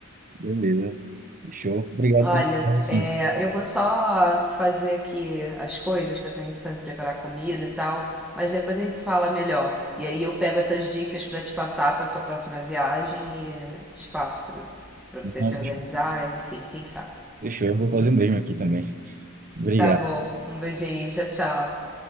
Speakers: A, on the right (about 40°); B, in the centre.
A: Beleza. Fechou. Obrigado
B: Olha,
A: pela assim.
B: é, eu vou só fazer aqui as coisas que eu tenho que fazer, preparar comida e tal, mas depois a gente se fala melhor. E aí eu pego essas dicas para te passar para sua próxima viagem e te passo para para
A: Fechou.
B: você se organizar, enfim, quem sabe.
A: Fechou, Eu vou fazer o mesmo aqui também. Obrigado.
B: Tá bom, um beijinho, tchau, tchau.